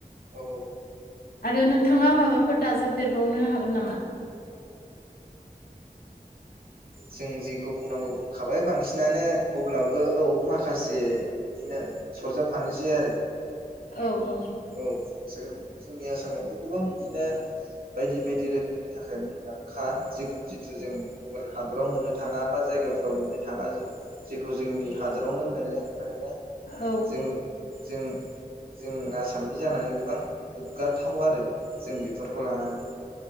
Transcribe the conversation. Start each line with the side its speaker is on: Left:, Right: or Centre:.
Right: औ।
Left: आरो नोंथाङा माबाफोर दाजाबदेरबावनो हागोन नामा?
Right: जों जेखौ बुंनांगौ बुंखाबाय बांसिनानो अब्लाबो औ माखासे बिदिनो सरजाबफानोसै आरो ।
Left: औ औ ।
Right: औ जों जोंनि आसामथ' गोबां बिदिनो बायदि बायदि रोखोमनि थाखाय मुंदांखा जिथु जों गुबुन हादराव मोननो थाङा बा जायगाफोराव मोननो थाङा जेखौ जोंनि हादरावनो मोननो मोननै
Left: औ
Right: जों जों जों आ सामनि जानानै गोबां गोग्गाथाव आरो जों बेफोरखौ लानानै